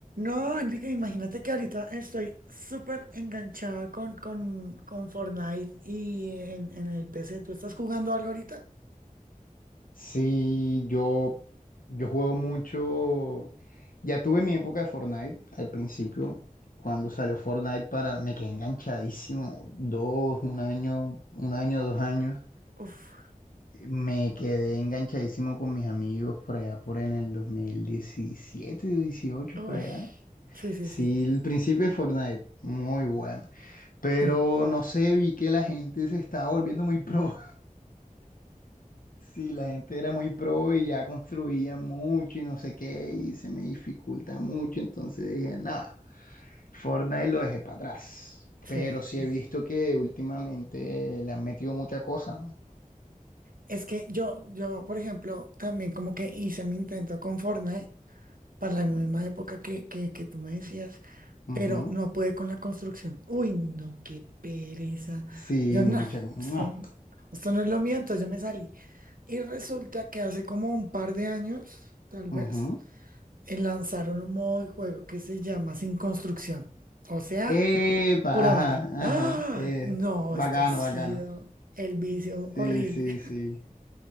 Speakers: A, on the right; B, on the left.
A: No, Enrique, imagínate que ahorita estoy súper enganchada con, con, con Fortnite y en, en el PC. ¿Tú estás jugando algo ahorita?
B: Sí, yo, yo juego mucho. Ya tuve mi época de Fortnite al principio. Cuando salió Fortnite para. Me quedé enganchadísimo. Dos, un año, un año, dos años.
A: Uf,
B: Me quedé enganchadísimo con mis amigos por allá por en el dos mil diecisiete o dieciocho
A: uy,
B: por allá.
A: sí, sí,
B: Sí,
A: sí,
B: el principio de Fortnite, muy bueno. Pero
A: sí,
B: no sé, vi que la gente se estaba volviendo muy pro. Sí, la gente era muy pro y ya construía mucho y no sé qué, y se me dificulta mucho, entonces dije, nada, Fortnite lo dejé para atrás.
A: sí.
B: Pero sí he visto que últimamente le han metido mucha cosa, ¿no?
A: Es que yo, yo, por ejemplo, también como que hice mi intento con Fortnite para la misma época que, que, que tú me decías, pero
B: Ujú.
A: no pude con la construcción. Uy, no, qué pereza.
B: Sí,
A: Yo
B: mucha
A: no,
B: cosa.
A: esto,
B: No.
A: esto no es lo mío, entonces yo me salí. Y resulta que hace como un par de años, tal vez,
B: Ujú.
A: eh, lanzaron un modo de juego que se llama Sin Construcción, o sea,
B: Epa,
A: pura
B: ajá,
A: bala. ¡Ah!
B: ajá. eh,
A: No,
B: bacano,
A: esto ha sido
B: bacano.
A: el vicio
B: Sí,
A: horrible.
B: sí, sí.